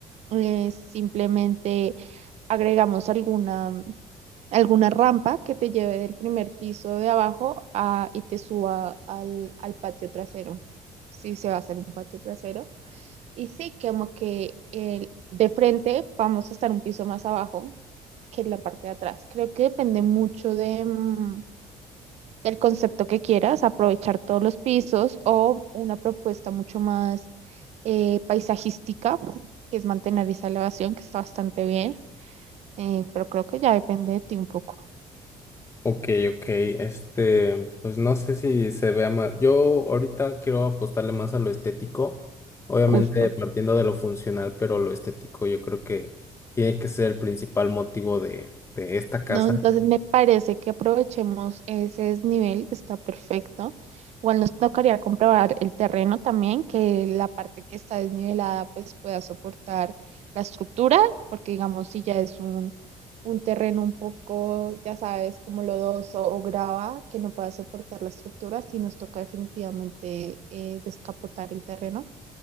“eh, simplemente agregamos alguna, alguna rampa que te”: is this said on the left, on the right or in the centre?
Right